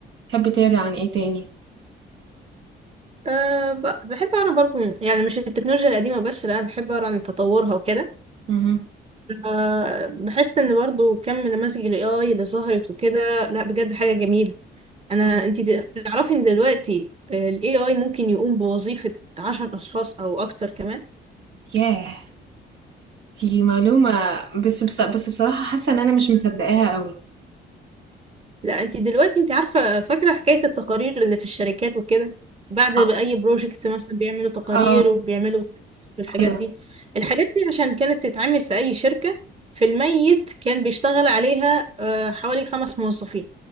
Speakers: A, on the right; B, on the right.
A: تحبّي تقري عن إيه تاني؟
B: أه ب- بحب أقرأ برضو من- يعني مش التكنولوجيا القديمة بس لا بحب أقرأ عن تطورها وكده
A: اهم،
B: أه بحس إن برضو كم من نماذج ال AI اللي ظهرت وكده لا بجد حاجة جميلة أنا
A: إمم.
B: أنتي ت- تعرفي إن دلوقتي آه، ال AI ممكن يقوم بوظيفة عشر أشخاص أو أكتر كمان
A: ياه! دي معلومة بس بص بس بصراحة حاسّة إن أنا مش مصدّقاها أوي.
B: لا انت دلوقتي انت عارفة فاكرة حكاية التقارير اللي في الشركات وكده بعد
A: أ
B: ما اي بروجكت مثلا بيعملوا تقارير
A: آه،
B: وبيعملوا الحاجات
A: أيوه.
B: دي الحاجات دي عشان كانت تتعمل في اي شركة في الميت كان بيشتغل عليها آه، حوالي خمس موظفين